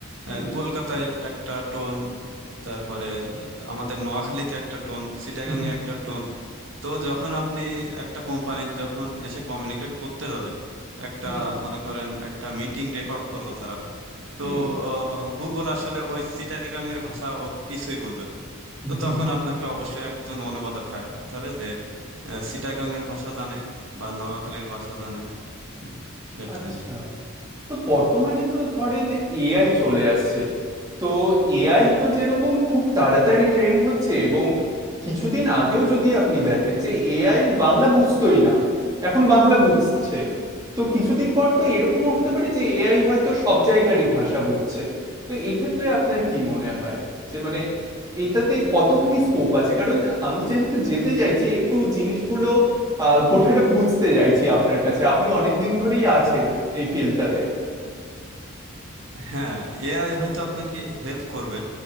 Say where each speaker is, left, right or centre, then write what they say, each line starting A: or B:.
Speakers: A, on the right; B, on the right.
A: আহ,
B: হুম
A: কলকাতায় একটা টোন তারপরে আহ, আমাদের নোয়াখালীতে একটা টোন চিটাগাং
B: হুম
A: এ একটা টোন তো যখন আপনি একটা কোম্পানি যখন এসে কমিউনিকেট করতে যাবে একটা
B: হুম
A: মনে করেন একটা মিটিং রেকর্ড করলো তারা তো
B: হুম
A: গুগল আসলে ওই চিটাগাং এর ভাষা ও কিছুই বলবেন তো
B: হুম।
A: তখন আপনাকে অবশ্যই একজন অনুবাদক হায়ার করতে হবে যে আহ, চিটাগাং এর ভাষা জানে বা নোয়াখালীর ভাষা জানে হ্যাঁ, এটাই
B: আচ্ছা তো বর্তমানে তো ধরেন এআই চলে আসছে তো এআই তো যেরকম খুব তাড়াতাড়ি ট্রেন্ড হচ্ছে এবং কিছুদিন আগেও যদি আপনি দেখেন যে এআই বাংলা বুঝতোই না এখন বাংলা বুঝছে তো কিছুদিন পর তো এরকমও হতে পারে যে এআই হয়তো সব জায়গারই ভাষা বুঝছে তো এক্ষেত্রে আপনার কি মনে হয় যে মানে এটাতে কতখানি স্কোপ আছে কারণ আমি যেহেতু যেতে চাইছি একটু জিনিসগুলো আহ গোটাটা বুঝতে চাইছি আপনার কাছে আপনি অনেক দিন ধরেই আছেন এই ফিল্ডটাতে
A: হ্যাঁ এআই হয়তো আপনাকে হেল্প করবে